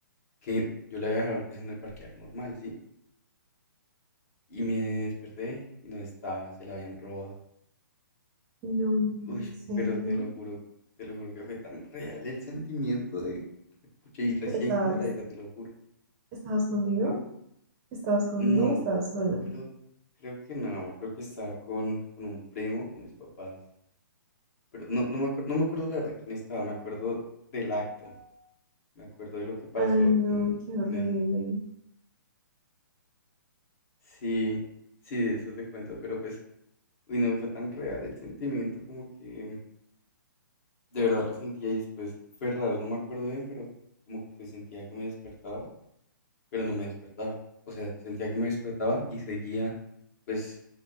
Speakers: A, on the left; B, on the right.
A: Que yo la había dejado pues en el parqueadero normal, ¿sí? Y me desperté y no estaba, se la habían robado.
B: No,
A: Uy,
B: en serio.
A: pero te lo juro, te lo juro que fue tan real el sentimiento de, pucha, y recién
B: ¿Pero estabas,
A: compradita, te lo juro.
B: estabas conmigo?
A: Dime.
B: ¿Estabas conmigo
A: No,
B: o estabas solo?
A: creo, creo que no, amor, creo que estaba con, con un primo, con mis papás. Pero no, no me acuerdo, no me acuerdo la verdad quién estaba, me acuerdo del acto, me acuerdo de lo que pasó
B: Ay, no,
A: en,
B: qué horrible.
A: en eso. Sí, sí, de eso te cuento, pero pues, uy, no fue tan real el sentimiento, como que de verdad lo sentía y después fue raro, no me acuerdo bien, pero como que sentía que me despertaba, pero no me despertaba. O sea, sentía que me despertaba y seguía pues